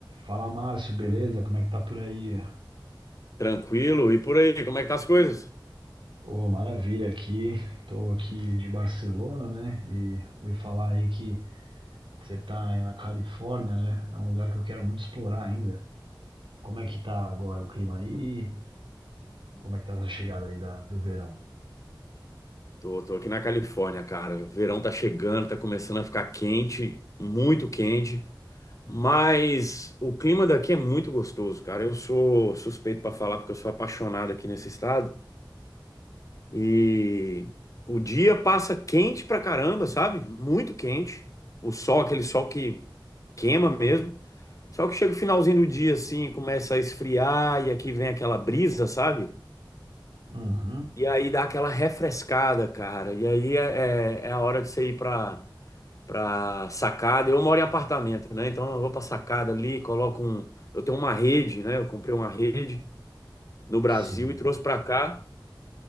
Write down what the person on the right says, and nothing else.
Fala Márcio, beleza? Como é que tá por aí?
Ô, maravilha aqui. Tô aqui de Barcelona, né? E ouvi falar aí que você tá aí na Califórnia, né? É um lugar que eu quero muito explorar ainda. Como é que tá agora o clima aí? Como é que tá essa chegada aí da- do verão?
Uhum,
sim.